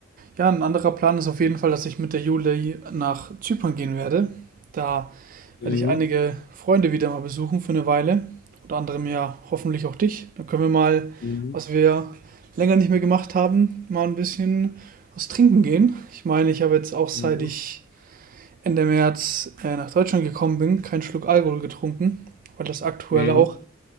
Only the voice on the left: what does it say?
Mhm.
Mhm.
Mhm.
Mhm.